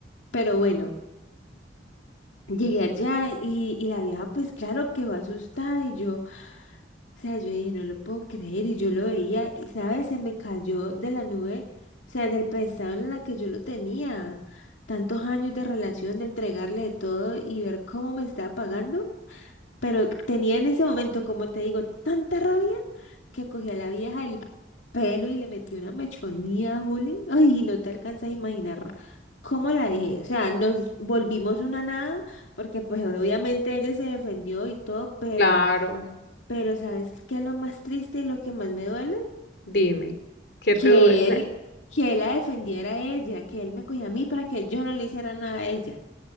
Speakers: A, on the left; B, on the left.
A: pero bueno. Llegué allá y, y la vieja, pues claro, quedó asustada y yo, o sea, yo dije, no lo puedo creer y yo lo veía, y, ¿sabes? Se me cayó de la nube, o sea, del pedestal en la que yo lo tenía, tantos años de relación, de entregarle de todo y ver cómo me estaba pagando. Pero tenía en ese momento, como te digo, tanta rabia que cogí a la vieja del pelo y le metí una mechonía a Juli. <laughs> Ay, no te alcanzas a imaginar cómo la dejé. O sea, nos volvimos una nada, porque pues obviamente ella se defendió y todo, pero,
B: Claro,
A: pero ¿sabes qué es lo más triste y lo que más me duele?
B: dime, ¿qué
A: Que
B: te duele? O sea,
A: él, que él la defendiera a ella, que él me cogía a mí para que yo no le hiciera nada a ella.